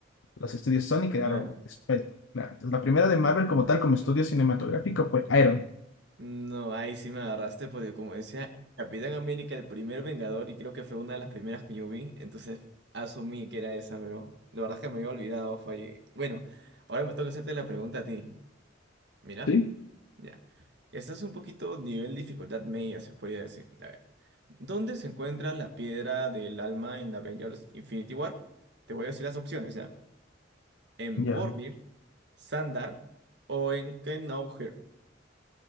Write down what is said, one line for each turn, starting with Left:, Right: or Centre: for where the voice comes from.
Left: Los estudios Sony crearon
Right: Claro.
Left: Spider-Man. claro. Entonces, la primera de Marvel como tal, como estudio cinematográfico, fue Iron Man.
Right: No, ahí sí me agarraste porque como decía Capitán América, el primer Vengador, y creo que fue una de las primeras que yo vi, entonces asumí que era esa, pero la verdad es que me había olvidado, fallé. Bueno, ahora me toca hacerte la pregunta a ti. Mira,
Left: Sí.
Right: ya. Esta es un poquito nivel dificultad media, se podría decir. A ver, ¿dónde se encuentra la piedra del alma en Avengers Infinity War? Te voy a decir las opciones, ¿ya? ¿En
Left: Ya.
Right: Boromir, Sandar o en Knowher?